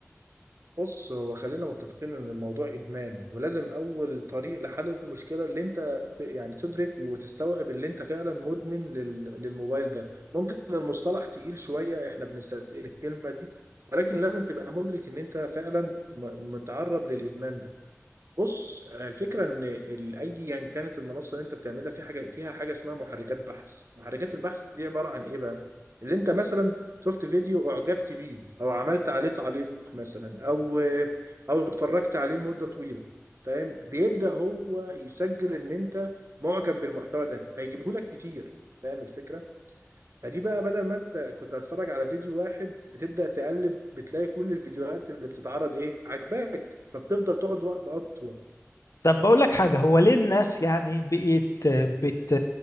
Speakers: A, on the right (about 60°); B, on the left (about 70°).
A: بص هو خلينا متفقين ان الموضوع ادمان ولازم اول طريق لحل المشكله اللي انت ت- يعني تدرك وتستوعب اللي انت فعلا مدمن لل... للموبايل ده ممكن المصطلح تقيل شويه احنا بنستثقل الكلمه دي ولكن لازم تبقى مدرك ان انت فعلا م- متعرض للادمان ده بص الفكره ان ال- ايا كانت المنصه اللي انت بتعملها في حاجه فيها حاجه اسمها محركات بحث محركات البحث دي عباره عن ايه بقى اللي انت مثلا شفت فيديو اعجبت بيه او عملت عليه تعليق مثلا او او اتفرجت عليه لمده طويله فاهم بيبدا هو يسجل ان انت معجب بالمحتوى ده فيجيبه لك كتير فاهم الفكره فدي بقى بدل ما انت كنت هتتفرج على فيديو واحد بتبدا تقلب بتلاقي كل الفيديوهات اللي بتتعرض ايه عجباك فبتفضل تقعد وقت اطول
B: طب بقول لك حاجة هو ليه الناس يعني بقيت بت